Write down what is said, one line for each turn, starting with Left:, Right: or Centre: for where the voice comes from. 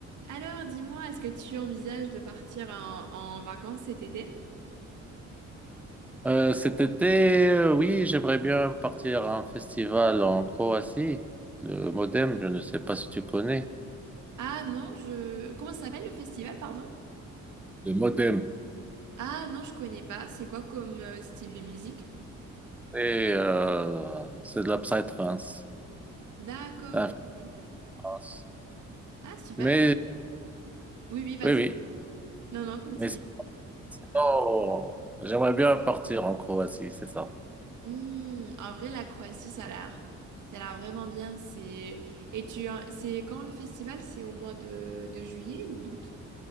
Right: Alors, dis-moi, est-ce que tu envisages de partir en, en vacances cet été?
Centre: Euh, cet été, euh, oui, j'aimerais bien partir à un festival en Croatie, le Modem, je ne sais pas si tu connais.
Right: Ah non, je... Comment ça s'appelle le festival, pardon?
Centre: Le Modem.
Right: Ah non, je connais pas. C'est quoi comme euh, style de musique?
Centre: Et euh, c'est de la psytrance,
Right: D'accord,
Centre: c'est en
Right: ok.
Centre: France.
Right: Ah super.
Centre: Mais
Right: Oui, oui, vas-y.
Centre: oui, oui,
Right: Non, non, continue.
Centre: mais sinon, j'aimerais bien partir en Croatie, c'est ça.
Right: Hmm, en vrai, la Croatie, ça a l'air... Ça a l'air vraiment bien. C'est... Et tu... en- C'est quand le festival? C'est au mois de, de juillet ou d'août?